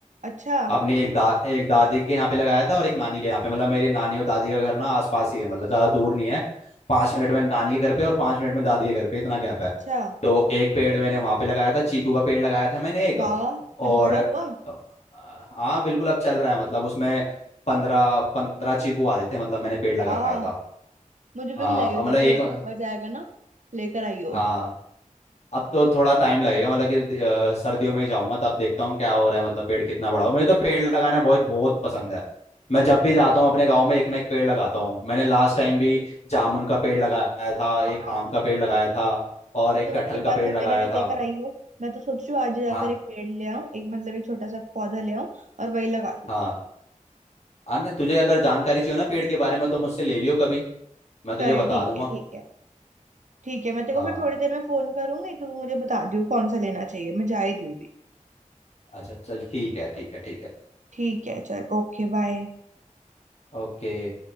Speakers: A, on the right (about 65°); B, on the left (about 55°).
A: अच्छा
B: अपनी एक दा एक दादी के यहाँ पे लगाया था और एक नानी के यहाँ पे मतलब मेरी नानी और दादी का घर ना आसपास ही है मतलब ज़्यादा दूर नहीं है पाँच मिनट में नानी के घर पे और पाँच मिनट में दादी के घर पे इतना गैप है
A: अच्छा
B: तो एक पेड़ मैंने वहाँ पे लगाया था चीकू का पेड़ लगाया था मैंने एक
A: वाह कुछ
B: और
A: बड़ा
B: अ,
A: हुआ
B: हाँ बिल्कुल अब चल रहा है मतलब उसमें पंद्रह पंद्रह चीकू आ रहे थे मतलब मैंने पेड़ लगाया
A: वाह
B: था
A: मुझे
B: हाँ
A: भी खिलाइयो
B: मतलब
A: जब
B: एक
A: तू अगली बार जाएगा ना लेकर आइयो
B: हाँ अब तो थोड़ा टाइम लगेगा मतलब कि अ, सर्दियों में ही जाऊंगा तब देखता हूँ क्या हो रहा है मतलब पेड़ कितना बड़ा हो मुझे तो पेड़ लगाना बहुत बहुत पसंद है मैं जब भी
A: हम्म।
B: जाता हूँ अपने गांव में एक ना एक पेड़ लगाता हूँ मैंने लास्ट टाइम भी जामुन का पेड़ लगाया था एक
A: वाह,
B: आम का पेड़ लगाया था और
A: तो
B: एक
A: तू
B: कटहल
A: अगली
B: का
A: बार
B: पेड़
A: फिर
B: लगाया
A: मेरे लिए
B: था
A: लेकर आई हो मैं तो सोच रही हूँ आज ही जाकर
B: हाँ
A: एक पेड़ ले आऊं एक मतलब एक छोटा सा पौधा ले आऊं और वही लगा दूं
B: हाँ अन्य तुझे अगर जानकारी चाहिए ना पेड़ के बारे में तो मुझसे ले लियो कभी मैं तुझे
A: चल
B: बता
A: ठीक
B: दूंगा
A: है ठीक है ठीक है मैं तेरे
B: हाँ
A: को फिर थोड़ी देर में फोन करूंगी तो तू मुझे बता दियो कौन सा लेना चाहिए मैं जा ही रही हूँ भी
B: अच्छा चल ठीक है ठीक है ठीक है
A: ठीक है चल ओके बाय
B: ओके